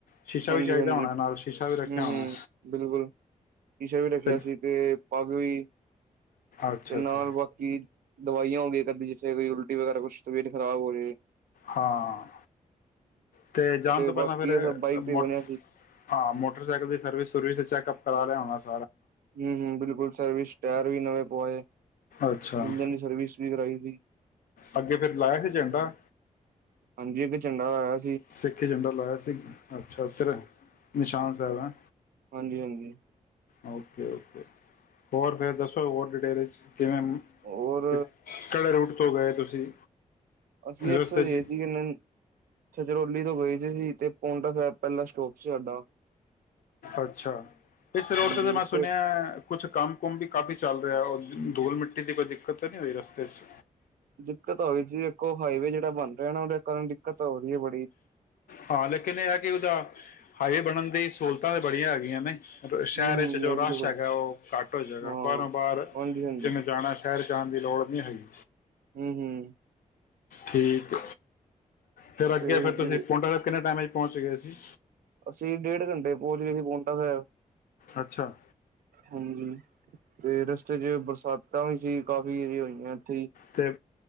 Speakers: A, on the left (about 75°); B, on the right (about 80°).
A: ਸ਼ੀਸ਼ਾ
B: ਹਾਂਜੀ-ਹਾਂਜੀ
A: ਵੀ ਚਾਹੀਦਾ ਹੋਣਾ ਨਾਲ ਸ਼ੀਸ਼ਾ ਵੀ ਰੱਖਿਆ
B: ਹੂੰ-ਹੂੰ
A: ਹੋਣਾ
B: ਬਿਲਕੁਲ ਸ਼ੀਸ਼ਾ ਵੀ ਰੱਖਿਆ
A: ਤੇ
B: ਸੀ ਤੇ ਪੱਗ ਵੀ
A: ਅੱਛਾ
B: ਤੇ ਨਾਲ
A: ਅੱਛਾ
B: ਬਾਕੀ ਦਵਾਈਆਂ ਹੋ ਗਈ ਕਰਦੀ ਜਿੱੇ ਕੋਈ ਉਲਟੀ ਵਗੈਰਾ ਕੁਛ ਤਬੀਅਤ ਖਰਾਬ ਹੋ ਰਹੀ ਹੈ
A: ਹਾਂ ਤੇ ਜਾਣ ਤੋਂ ਪਹਿਲਾਂ
B: ਬਾਕੀ
A: ਫੇਿਰ
B: ਇਹ ਸਭ ਬਾਈਕ
A: ਮੋ
B: ਤੇ ਬਣਿਆ ਸੀ
A: ਹਾਂ ਮੋਟਰਸਾਈਕਲ ਦੀ ਸਰਵਿਸ ਸੁਰਵਿਸ ਚੈੱਕਅਪ ਚਲਾ ਲਿਆ ਹੋਣਾ ਸੀ
B: ਹਮ ਹਮ ਬਿਲਕੁਲ ਸਰਵਿਸ ਟਾਇਰ ਵੀ ਨਵੇਂ ਪੁਆਏ ਆ
A: ਅੱਛਾ
B: ਇੰਜਨ ਦੀ ਸਰਵਿਸ ਵੀ ਕਰਾਈ ਸੀ <inaudible>
A: ਅੱਗੇ ਫੇਿਰ ਲਾਇਆ ਸੀ ਝੰਡਾ
B: ਹਾਂਜੀ ਅੱਗੇ ਝੰਡਾ ਹੋਇਆ
A: ਸਿੱਖ ਝੰਡਾ ਲਾਇਆ ਸੀ ਅੱਛਾ ਫਿਰ ਨਿਸ਼ਾਨ ਦਾਲਾ
B: ਹਾਂਜੀ ਹਾਂਜੀ
A: ਓਕੇ ਓਕੇ ਹੋਰ ਫੇਿਰ ਦੱਸੋ ਹੋਰ ਡਿਟੇਲਜ ਕਿਵੇਂ
B: ਹੋਰ
A: ਕਿਹੜੇ ਰੂਟ ਤੇ ਉੱਥੋਂ ਗਏ ਤੁਸੀਂ
B: ਅਸੀਂ ਇੱਥੋਂ
A: ਰਸਤੇ
B: ਹੀ
A: 'ਚ
B: ਦੇ ਸੀ ਕਿ ਛਜਰੋਲੀ ਤੋਂ ਗਈ ਸੀ ਤੇ ਪੋਂਟਾ ਸਾਹਿਬ ਪਹਿਲਾਂ ਸਟੋਕ ਸੀ ਸਾਡਾ
A: ਅੱਛਾ ਇਸ ਰੋਡ
B: ਹਾਂਜੀ
A: ਤੇ ਤਾਂ ਮੈਂ
B: ਉੱਥੇ
A: ਸੁਣਿਆ ਕੁਛ ਕੰਮ ਕੁਮ ਵੀ ਕਾਫੀ ਚੱਲ ਰਿਹਾ ਧੋਲ ਮਿੱਟੀ ਦੀ ਕੋਈ ਦਿੱਕਤ ਤਾਂ ਨਹੀਂ ਹੋਈ ਰਸਤੇ 'ਚ
B: ਦਿੱਕਤ ਹੋਈ ਜ ਦੇਖੋ ਹਾਈਵੇ ਜਿਹੜਾ ਬਣ ਰਿਹਾ ਨਾ ਉਹਦੇ ਕਾਰਨ ਦਿੱਕਤ ਹੋ ਰਹੀ ਹੈ ਬੜੀ
A: ਹਾਂ ਲੇਕਿਨ ਇਹ ਹੈ ਕਿ ਉਹਦਾ ਹਾਈਵੇ ਬਣਨ ਦੇ ਸਹੂਲਤਾਂ ਤਾਂ ਬੜੀਆਂ ਹੈਗੀਆਂ ਨੇ ਸ਼ਹਿਰ
B: ਹੂੰ-ਹੂੰ
A: 'ਚ
B: ਨਹੀਂ
A: ਜੋ ਰਸ਼
B: ਬਿਲਕੁਲ
A: ਹੈਗਾ ਉਹ ਘੱਟ ਹੋ ਜਾਗਾ
B: ਹਾਂ
A: ਬਾਰੋਂ ਬਾਹਰ
B: ਹਾਂਜੀ-ਹਾਂਜੀ
A: ਜਿਵੇਂ ਜਾਣਾ ਸ਼ਹਿਰ 'ਚ ਜਾਣ ਦੀ ਲੋੜ ਨਹੀਂ ਹੈਗੀ
B: ਹਮ ਹਮ
A: ਠੀਕ ਫਿਰ ਅੱਗੇ
B: ਤੇ
A: ਫੇ ਤੁਸੀ
B: ਜਿਵੇਂ
A: ਪੌਂਟਾ ਸਾਹਿਬ ਕਿੰੇ ਟਾਈਮ ਪਹੁੰਚ ਗਿਆਏ ਸੀ
B: ਅਸੀਂ ਡੇਢ ਘੰਟੇ ਪਹੁੰਚ ਗਏ ਸੀ ਪਹੁੰਚ ਹਹ
A: ਅੱਛਾ
B: ਹਾਂਜੀ ਤੇ ਰ ਤੇ ਜੇ ਬਰਸਾਤਾਂ ਵੀ ਸੀ ਕਾਫੀ ਜੇ ਹੋਈਆਂ ਹੀ
A: ਤੇ